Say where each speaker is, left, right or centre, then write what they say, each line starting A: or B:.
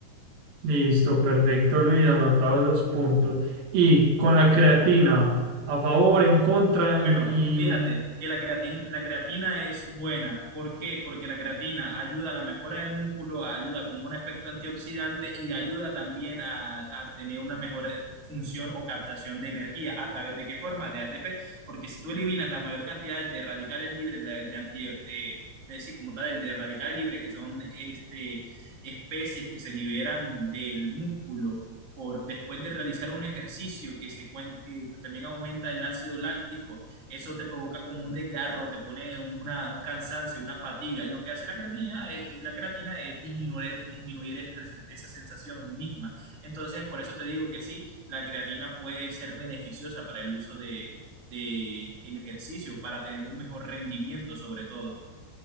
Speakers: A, on the right; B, on the right.
A: Listo, perfecto, Luis, anotado esos puntos. Y con la creatina, a favor, en contra,
B: Bueno,
A: in- y
B: fíjate que la creatina, la creatina es buena. ¿Por qué? Porque la creatina ayuda a la mejora del músculo, ayuda como un efecto antioxidante y ayuda también a, a tener una mejor función o captación de energía. ¿A través de qué forma? De ATP. Porque si tú eliminas la mayor cantidad de radicales libres, de, de anti- de- de- sí, como tal, de radicales libres, que son este, especies que se liberan del músculo por después de realizar un ejercicio que se cuen- que también aumenta el ácido láctico eso te provoca como un desgarro, te pone una, un cansancio, una fatiga. Y lo que hace la creatina es, la creatina es disminuir, disminuir esa, esa sensación misma. Entonces, por eso te digo que sí, la creatina puede ser beneficiosa para el uso de, de el ejercicio, para tener un mejor rendimiento sobre todo.